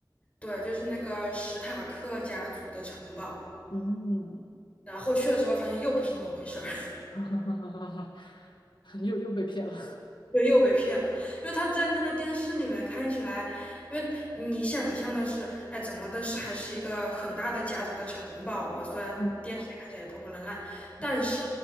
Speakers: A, on the left (about 15°); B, on the left (about 85°).
A: 对，就是那个史塔克家族的城堡，
B: 嗯，
A: 然后去了之后发现又不是那么回事儿。
B: <laughs> 又又被骗了，
A: 对，又被骗了，因为他在那个电视里面看起来，因为你想象的是，哎，怎么的是还是一个很大的家族的城堡嘛，虽然电视里看起来也破破烂烂，
B: 嗯，
A: 但是
B: <laughs>